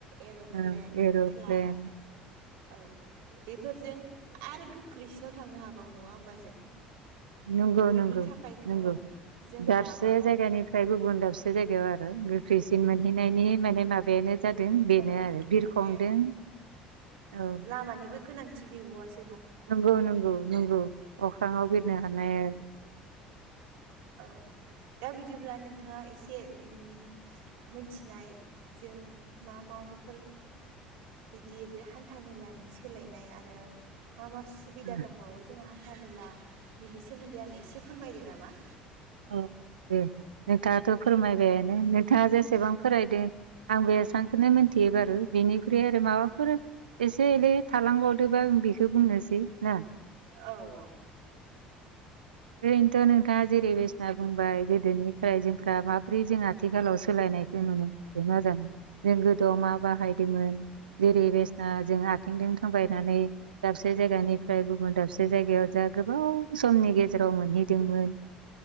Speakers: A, on the right; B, on the right.
A: एर'प्लेन,
B: ओं एर'प्लेन
A: फ्लाइट, औ बेफोरजों आरो गोख्रैसिनाव थांनो हाबावो नङा होमबा जों।
B: नंगौ
A: बिनि
B: नंगौ
A: थाखायथ'
B: नंगौ
A: जोंहा
B: दाबसे
A: माबानि
B: जायगानिफ्राय गुबुन दाबसे जायगायाव आरो गोख्रैसिन मोनहैनायनि माने माबायानो जादों बेनो
A: औ
B: आरो बिरखंदों।
A: माने
B: औ
A: लामानिबो गोनांथि गैबावआसो
B: नंगौ नंगौ नंगौ अख्रांआव बिरनो हानाय
A: औ दा बिदिब्ला नोंथांङा एसे नोंनि मोनथिनाय जों मा माफोर बिदि हान्था मेलानि सोलायनाय आरो मा मा सुबिदा
B: औ
A: दंबावो जोंङो हान्था मेला बिनि सोमोन्दै आंनो एसे फोरमायदो नामा?
B: औ औ दे नोंथाङाथ' फोरमायबायानो नोंथांङा जेसेबां फरायदों आं बे सानखौननो मिथियो बारु बिनिख्रुइ आरो माबाफोर एसे एलै थालांबावदोबा आं बेखौ बुंनोसै ना
A: औ औ।
B: ओरैनोथ' नोंथांङा जेरै बेसना बुंबाय गोदोनि रायजोफ्रा माब्रै जों आथिखालाव सोलायनायखौ नुनो <unintelligible> जों गोदोआव मा बाहायदोंमोन जेरै बेस् जों आथिंजों थाबायनानै दाबसे जायगानिफ्राय गुबुन दाबसे जायगायाव जा गोबाव समनि गेजेराव गेजेराव मोनहैदोंमोन